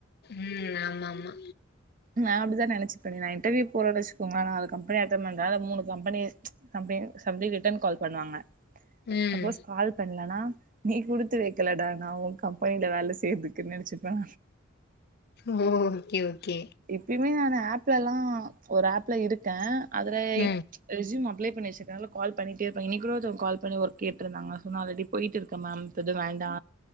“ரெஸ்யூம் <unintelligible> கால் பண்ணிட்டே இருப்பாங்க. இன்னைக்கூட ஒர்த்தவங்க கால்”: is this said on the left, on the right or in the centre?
Right